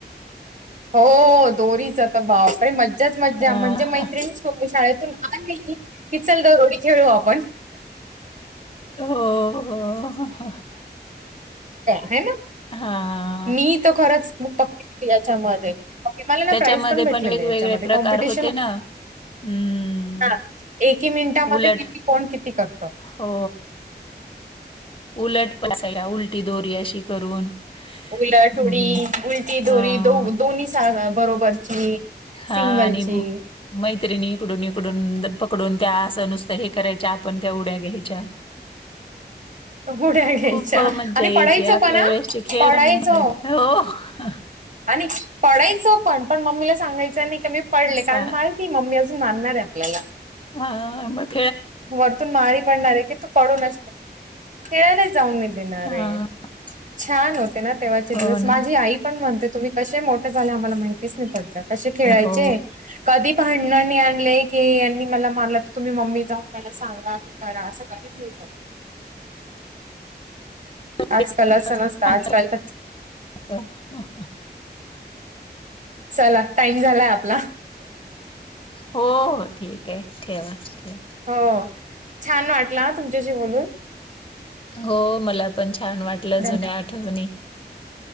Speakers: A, on the right (about 45°); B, on the left (about 30°).
A: हो दोरीच तर बाप रे मज्जाच मज्जा
B: हां.
A: म्हणजे मैत्रिणीच करून शाळेत आली की चल दोरोडी खेळू आपण.
B: हो हो हो.
A: हाय ना?
B: हा.
A: मी तर खरंच पक्की याच्यामध्ये मला ना
B: त्याच्यामध्ये
A: प्राईज पण भेटलेल
B: वेगवेगळे
A: याच्यामध्ये
B: प्रकार
A: कॉम्पिटिशन
B: होते ना. हम्म.
A: हा एकी मिनिटामध्ये
B: उलट
A: किती कोण किती करत.
B: हो उलट उलटी दोरी अशी करून
A: उलटउडी
B: हं,
A: उलटी दोरी
B: हां.
A: दो- दोन्ही साग बरोबरची.
B: हा
A: सिंगलची
B: आणि मैत्रिणी इकडून इकडून पकडून त्या असं नुस त हे करायच्या आपण त्या उड्या घ्यायच्या.
A: उड्या घ्यायच्या
B: खूप मज्जा
A: आणि
B: यायची
A: पडायचो
B: आपल्या
A: पण हा
B: वेळेसचे खेळ
A: पडायचो
B: पण पण हो.
A: आणि पडायचो पण पण मम्मीला सांगायचं नाही की मी पडले,
B: सा
A: कारण माहिती मम्मी अजून मरणार आहे आपल्याला
B: हा <unintelligible>
A: वरतून आई म्हणणार आहे की तू पडूनच खेळाला जाऊन मी देणार
B: हां,
A: आहे. छान होते ना तेव्हाचे
B: हो
A: दिवस
B: ना.
A: माझी आई पण म्हणते तुम्ही कसे मोठे झाले आम्हाला माहितीच नाही पडल, कसे खेळायचे
B: हो.
A: कधी भांडण नाही आणलंय की यांनी मला मारल की तुम्ही मम्मी जाऊन त्याला सांगा की करा असं कधीच नाही झालं. आजकाल
B: ते
A: असं नसतं
B: पण
A: आजकाल तर
B: <unintelligible>
A: चला टाइम झालाय आपला
B: हो हो ठीक आहे ठेवा ठेवा.
A: हो छान वाटल हा तुमच्याशी बोलून.
B: हो मला पण छान वाटलं
A: धन्यवाद
B: जुन्या आठवणी.